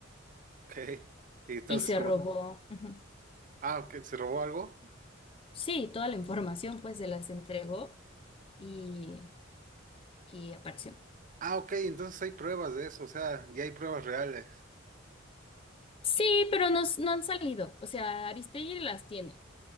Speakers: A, on the right; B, on the left.
A: Ok. Y entonces
B: y se
A: como,
B: robó. Ujú.
A: ah, ok, ¿se robó algo?
B: Sí, toda la información pues se las entregó y, y apareció.
A: Ah, ok, entonces hay pruebas de eso, o sea, ya hay pruebas reales.
B: Sí, pero no, s- no han salido. O sea, Aristegui las tiene,